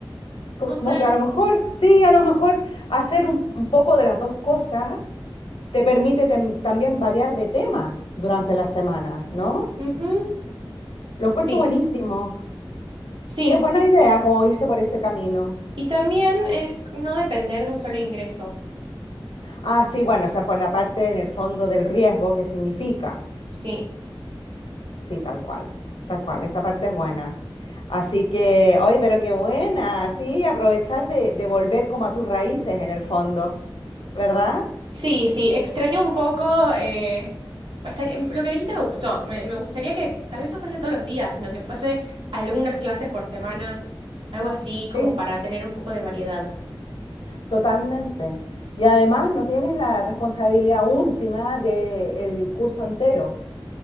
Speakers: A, on the left (about 85°); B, on the right (about 70°).
A: como
B: No sé.
A: que a lo mejor, sí, a lo mejor hacer un, un poco de las dos cosas te permite tem- también variar de tema durante la semana, ¿no?
B: Ujú,
A: Lo encuentro
B: Sí,
A: buenísimo.
B: sí.
A: Sí, es buena idea como irse por ese camino.
B: Y también es no depender de un solo ingreso.
A: Ah, sí, bueno, o sea, por la parte en el fondo del riesgo que significa.
B: Sí.
A: Sí, tal cual, tal cual, esa parte es buena. Así que, hoy, pero qué buena, sí, aprovechar de, de volver como a tus raíces en el fondo, ¿verdad?
B: Sí, sí, extraño un poco. eh, estaría- mm, lo que dijiste me gustó. Me, me gustaría que tal vez no fuese todos los días, sino que fuese algunas clases por semana, algo así
A: Sí,
B: como para tener un poco de variedad.
A: totalmente. Y además no tienes la responsabilidad última del curso entero.